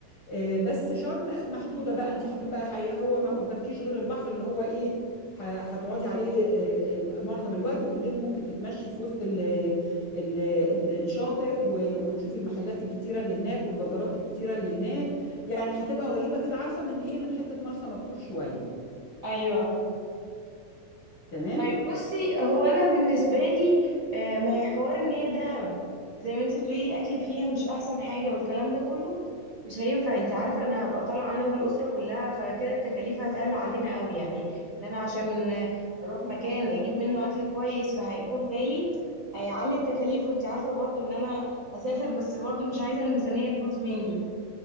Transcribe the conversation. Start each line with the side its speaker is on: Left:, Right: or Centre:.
Left: آه، بس شرم محدوده بقى انت هتبقى ح- هو ما قدامكيش غير البحر اللي هو ايه ح- هتقعدي عليه آه، آه، معظم الوقت وبالليل ممكن تتمشي في وسط ال ال ال الشاطئ و- وتشوفي المحلات الكتيره اللي هناك والبازارات الكتيره اللي هناك يعني هتبقى قريبه كده عارفه من ايه من حته مرسى مطروح شويه
Right: ايوه
Left: تمام
Right: طيب بصي هو انا بالنسبه لي آه، ما هي حوار ان هي دهب زي ما انت بتقولي الاكل فيها مش احسن حاجه والكلام ده كله مش هينفع انت عارفه انا هبقى طالعه انا والاسره كلها فكده التكاليف هتعلى علينا قوي يعني ان انا عشان اروح مكان اجيب منه اكل كويس فهيكون غالي هيعلي التكاليف وانت عارفه برضو ان انا هسافر بس برضو مش عايزه الميزانيه تبوظ مني